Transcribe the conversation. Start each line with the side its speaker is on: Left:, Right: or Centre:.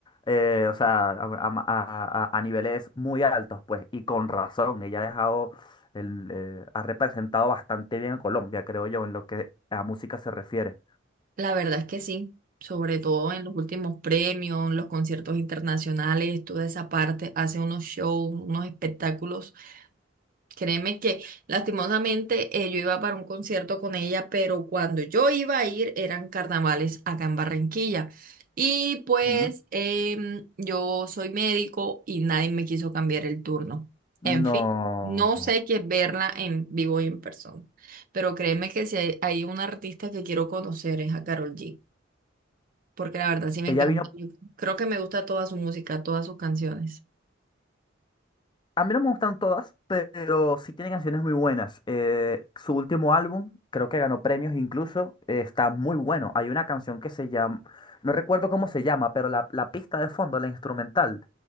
Left: eh, o sea, a, a- a- a- a niveles muy altos, pues, y con razón. Ella ha dejado, el, eh, ha representado bastante bien a Colombia, creo yo, en lo que a música se refiere.
Right: La verdad es que sí, sobre todo en los últimos premios, los conciertos internacionales, toda esa parte, hace unos shows, unos espectáculos Créeme que lastimosamente eh, yo iba para un concierto con ella, pero cuando yo iba a ir eran carnavales acá en Barranquilla. Y pues
Left: Ujú.
Right: em, yo soy médico y nadie me quiso cambiar el turno.
Left: No.
Right: En fin, no sé qué es verla en vivo y en persona. Pero créeme que si hay, hay una artista que quiero conocer es a Karol G, porque la verdad sí me
Left: Ella
Right: encanta.
Left: vino
Right: Yo creo que me gusta toda su música, todas sus canciones.
Left: A mí no me gustan todas, pero sí tiene canciones muy buenas. Eh, su último álbum, creo que ganó premios incluso, eh, está muy bueno. Hay una canción que se llama, no recuerdo cómo se llama, pero la, la pista de fondo, la instrumental,